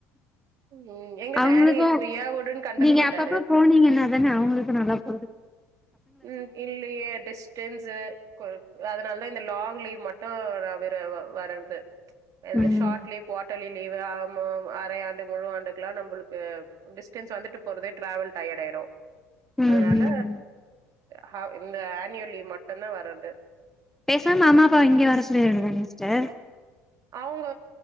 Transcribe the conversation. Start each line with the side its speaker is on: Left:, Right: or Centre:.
Right: ம் எங்க
Centre: அவுங்களுக்கும்
Right: டாடி ஃப்ரீயா விடுன்னு கண்டுக்க
Centre: நீங்க
Right: மாட்டாரு
Centre: அப்பப்ப போனீங்கன்னா தானே அவுங்களுக்கும் நல்லா போது
Right: ம் இல்லயே டிஸ்டன்ஸு கொலுப் அதுனால தா இந்த லாங் லீவ் மட்டு நா வெற வர்றது எந்த
Centre: ம்
Right: ஷாட் லீவு குவாட்லி லீவு ஆமாம் அரை ஆண்டு முழு ஆண்டுகல்லா நம்மளுக்கு டிஸ்டன்ஸ் வந்துட்டு போறதே டிராவல் டையடாயிரு
Centre: ம்
Right: அதுனால
Centre: ம்
Right: ஹ இந்த ஆனியல் லீவு மட்டுந்தா வர்றது
Centre: பேசாம அம்மா அப்பாவ இங்க வர சொல்லிட வேண்டியதுதா சிஸ்டர்
Right: அவுங்க